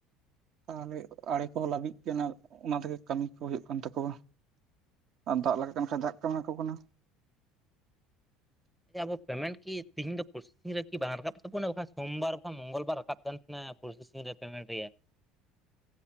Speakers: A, on the right (about 55°); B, in the centre.
A: ᱛᱟᱦᱚᱞᱮ ᱟᱲᱮ ᱠᱚᱦᱚᱸ ᱞᱟᱹᱵᱤᱜ ᱠᱟᱱᱟ ᱚᱱᱟ ᱛᱮᱜᱮ ᱠᱟᱹᱢᱤ ᱠᱚ ᱦᱩᱭᱩᱜ ᱠᱟᱱ ᱛᱟᱠᱚᱣᱟ ᱟᱨ ᱫᱟᱜ ᱞᱟᱜᱟ ᱠᱟᱱ ᱠᱷᱟᱡ ᱫᱟᱜ ᱠᱚ ᱮᱢᱟ ᱠᱚ ᱠᱟᱱᱟ
B: ᱟᱵᱚ ᱯᱮᱢᱮᱱ ᱠᱤ ᱛᱮᱦᱤᱧ ᱫᱚ ᱯᱨᱚᱥᱮᱥᱤᱝ ᱨᱮ ᱠᱤ ᱵᱟᱝ ᱨᱟᱠᱟᱵ ᱛᱟᱵᱚᱱᱟ ᱵᱟᱠᱷᱟᱱ ᱥᱚᱢᱢᱟᱨ ᱵᱟᱠᱷᱟᱱ ᱢᱚᱝᱜᱚᱞ ᱵᱟᱨ ᱨᱟᱠᱟᱵ ᱠᱟᱱ ᱛᱟᱦᱮᱱᱟ ᱯᱨᱚᱥᱮᱥᱤᱝ ᱯᱮᱢᱮᱱ ᱨᱮᱭᱟᱜ